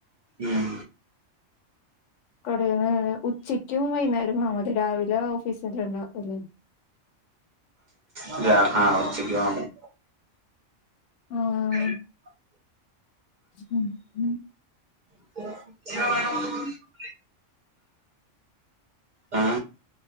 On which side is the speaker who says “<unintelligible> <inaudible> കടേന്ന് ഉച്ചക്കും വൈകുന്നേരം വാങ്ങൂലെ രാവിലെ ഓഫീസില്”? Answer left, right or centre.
Left